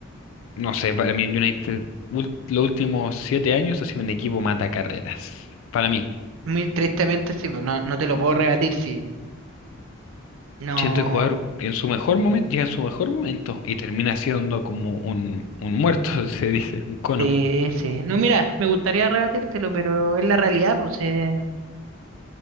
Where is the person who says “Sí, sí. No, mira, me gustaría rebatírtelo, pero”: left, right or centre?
Right